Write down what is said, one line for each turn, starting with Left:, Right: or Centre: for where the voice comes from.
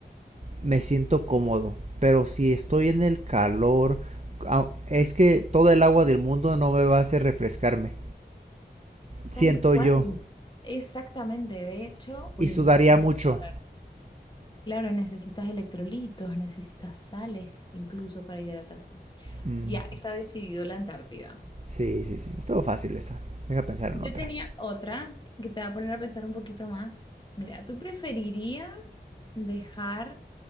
Right: me siento cómodo. Pero si estoy en el calor, ah, es que todo el agua del mundo no me va a hacer refrescarme. Siento
Left: Tal cual.
Right: yo.
Left: Exactamente. De hecho, oye,
Right: Y sudaría
Left: me hiciste recordar.
Right: mucho.
Left: Claro, necesitas electrolitos, necesitas sales incluso para hidratarte.
Right: Mm,
Left: Ya, está decidido la Antártida.
Right: Sí, sí, sí. Estuvo fácil esa. Deja pensar
Left: Yo
Right: en otra.
Left: tenía otra que te va a poner a pensar un poquito más. Mira, ¿tú preferirías dejar